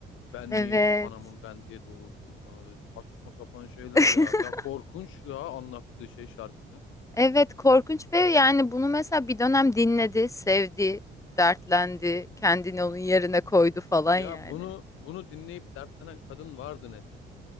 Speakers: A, on the left; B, on the left.
A: Ben miyim
B: Evet.
A: anamın ben diye doğurduğu falan öyle saçma sapan şeyler
B: <laughs>
A: ya. Ya korkunç ya anlattığı şey şarkının.
B: Evet korkunç ve yani bunu mesela bir dönem dinledi, sevdi, dertlendi, kendini onun yerine koydu falan
A: Ya
B: yani.
A: bunu bunu dinleyip dertlenen kadın vardı net.